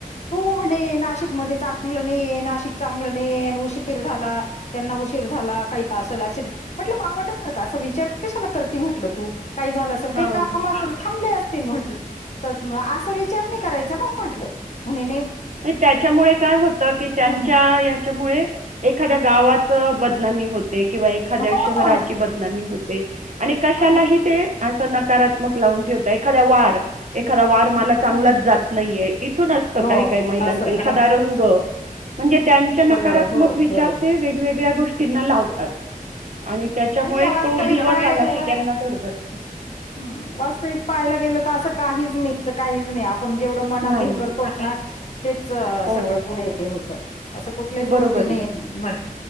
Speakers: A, on the left; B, on the right.
A: हो म्हणे नाशिक मध्ये चांगलं नाहीये, नाशिक चांगलं नाहीये उशीर झाला त्यांना उशीर झाला काही आसल ॲक्सिडे म्हटलं बावळटासारखा असा विचार कशाला करती म्हटलं तू. काही झालं असल,
B: हां.
A: काही काम असंल, थांबले अस तीन म्हंटल तत म असा विचार नाही करायचा नां. म्हटलं मी
B: णि त्याच्यामुळे काय होत, की त्यांच्या
A: हं.
B: ह्याच्यामुळे एखाद्या गावात च बदनामी होत ते किंवा एखाद्या
A: हो
B: शहराची बदनामी होते आणि कशालाही
A: हं,
B: ते अस नकारात्मक लावून ठेव एखादा वार,
A: हं,
B: एखादा वार मला चांगलाच
A: हं.
B: जात नाहीये, इथून असत
A: हो
B: काही फुलांचा
A: असं
B: एखादा
A: हां
B: रंग, म्हणजे त्यांचे नकारात्मक
A: कल हो
B: विचार
A: बरोबर
B: ते वेगवेगळे त्या गोष्टींना लावतात आणि त्याच्यामुळे
A: आणि आणि वास्तविक
B: तो दिवस
A: त्याच्यामुळे पाहायला
B: आला,
A: तो गेलं
B: की त्यांना
A: दिवस
B: धडधडत.
A: हं वास्तविक पाहाला गेलं तर असं काहीच नाही. असं काहीच नाही आप आपण जेवढं मनात
B: नाही,
A: हे करतो
B: नाही.
A: ना <unintelligible> तेच,
B: हो.
A: सगळं पुढे हे होतं असं कुठल्याच गोष्टी
B: बरोबर
A: नाही
B: ना,
A: हं